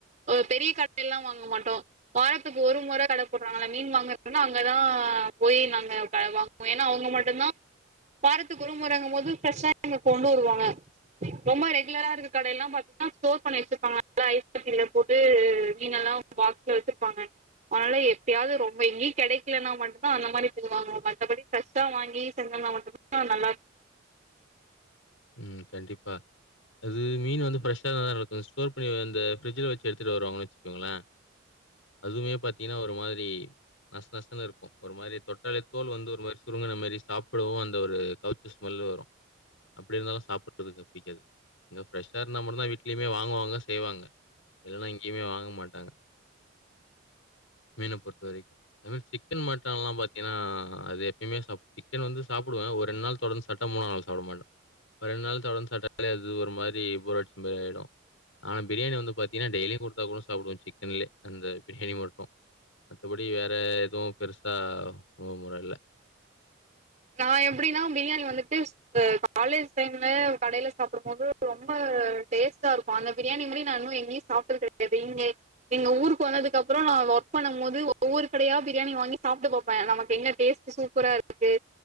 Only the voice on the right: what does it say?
ஒரு பெரிய கடையல்லா வாங்க மாட்டோ வாரத்துக்கு ஒரு முற கட போட்றாங்கள மீன் வாங்குறதுனா அங்கதா போய் நாங்க க வாங் ஏன்னா அவங்க மட்டும்தா வாரத்துக்கு ஒரு மொறங்கும்போது ஃப்ரெஷா அங்க கொண்டு வருவாங்க ரொம்ப ரெகுலரா இருக்கு கடையெல்லா பாத்தீங்கன்னா ஸ்டோர் பண்ணி வச்சிருப்பாங்க நல்ல ஐஸ் கட்டி போட்டு மீனெல்லா பாக்ஸ்ல வச்சிருப்பாங்க அதனால எப்பயாவது ரொம்ப எங்கயு கெடைக்கலன்னா மட்டு்தா அந்த மாரி போய் வாங்குவோ மத்தபடி ஃப்ரெஷ்ஷா வாங்கி செஞ்சம்னா மட்டும்தா ஆ நல்லாருக்
நா எப்டின்னா பிரியாணி வந்துட்டு இப்ப காலேஜ் டைம்ல கடையில சாப்டும் போது ரொம்ப டேஸ்ட்டா இருக்கும் அந்த பிரியாணி மாரி நா இன்னு எங்கயு சா சாப்ட்டது கிடையாது நீங்க எங்க ஊருக்கு வந்ததுக்குப்பற நா ஒர்க் பண்ணு போது ஒவ்வரு கடயா பிரியாணி வாங்கி சாப்ட்டு பாப்ப நமக்கு எங்க டேஸ்ட் சூப்பரா இருக்கே